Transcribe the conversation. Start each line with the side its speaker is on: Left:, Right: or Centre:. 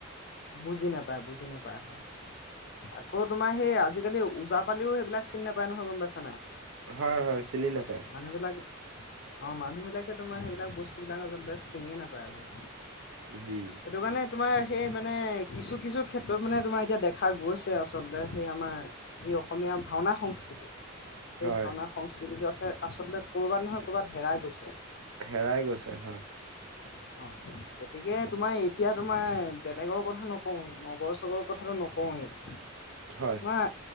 Left: বুজি নাপায় বুজি নাপায় হয়। আকৌ তোমাৰ সেই আজিকালি ওজ পালিও সেইবাক চিনি নাপায় নহয় গম পাইছে নাই
Right: হয় হয় চিনি নাপায়
Left: মানুহ বিলাক অ মানুহ মানুহ বিলাকে তোমাৰ সেইবিলাক বস্তুবিলাক আচলতে চিনিয়ে নাপায় আকৌ
Right: উম
Left: সেইটো কাৰণে তোমাৰ সেই মানে কিছু কিছু ক্ষেত্ৰত মানে তোমাৰ এতিয়া দেখা গৈছে আচলতে সেই আমাৰ যি অসমীয়া ভাওনা সংস্কৃতি সেই
Right: হয়
Left: ভাওনা সংস্কৃতিটো আছে আচলতে ক'ৰবাত নহয় ক'ৰবাত হেৰাই গৈছে
Right: হেৰাই গৈছে হয়
Left: অ গতিকে তোমাৰ এতিয়া তোমাৰ বেলেগৰ কথা নকওঁ নগৰ চগৰৰ কথাটো নকওঁৱেই
Right: হয়
Left: তোমাৰ